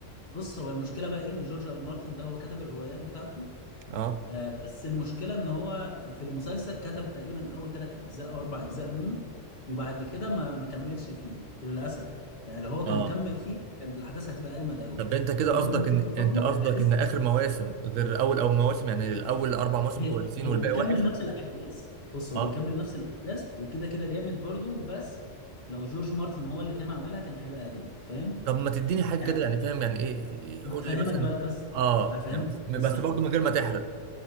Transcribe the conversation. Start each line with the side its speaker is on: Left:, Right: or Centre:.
Left: بص هو المشكلة بقى ايه ان جورج ار مارتن ده هو كتب الروايات بتاعته
Right: اه
Left: آه، بس المشكلة ان هو في المسلسل كتب تقريبا اول ثلاث اجزاء او اربع اجزاء منه وبعد كده ما ما كملش فيه للاسف يعني لو هو كان
Right: اه
Left: كمل فيه كانت الاحداث هتبقى اجمد قوي
Right: طب انت كده
Left: انت
Right: قصدك
Left: لما تشوفه
Right: ان
Left: برضه
Right: انت قصدك
Left: هتحس
Right: ان اخر مواسم غير اول او مواسم يعني الاول اربع مواسم
Left: هي-
Right: كويسين
Left: هو
Right: والباقي
Left: بيكمل
Right: وحش
Left: نفس الاحداث بص هو
Right: اه
Left: بيكمل نفس الاحداث وكده كده جامد برضه بس لو جورج مارتن هو اللي كان عملها كان هيبقى اجمد فاهم
Right: طب ما تديني حاجه
Left: يعني
Right: كده يعني فاهم يعني ايه قول
Left: هفهمك
Right: لي مثلا
Left: بقى القصة
Right: اه
Left: هفهمك
Right: يعني بس بس
Left: القصة شوية
Right: برضه من غير ما تحرق